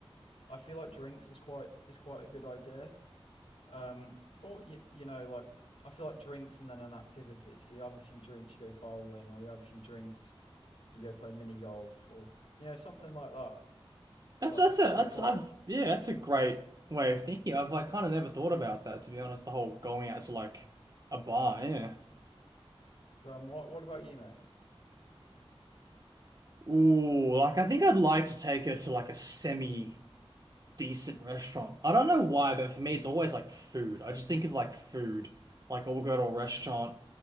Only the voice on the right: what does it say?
That's
that's
a that's
I've yeah, that's a great way of thinking. I've like kind of never thought about that, to be honest, the whole going out to like a bar, yeah.
Ooh, like I think I'd like to take her to like a semi decent restaurant. I don't know why, but for me it's always like food. I just think of like food. Like oh, we'll go to a restaurant.